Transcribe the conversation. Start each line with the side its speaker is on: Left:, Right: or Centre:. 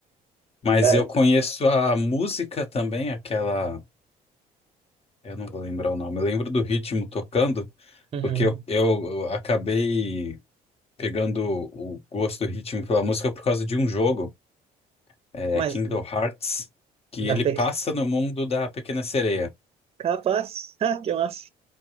Left: Mas
Right: É,
Left: eu conheço a música também, aquela. Eu não vou lembrar o nome. Eu lembro do ritmo tocando,
Right: Uhum.
Left: porque eu, eu acabei pegando o gosto do ritmo pela música por causa de um jogo, é,
Right: Mas
Left: Kingdom Hearts, que
Right: da
Left: ele passa
Right: PEC,
Left: no mundo da Pequena Sereia.
Right: capaz, <laughs> Ah, que massa.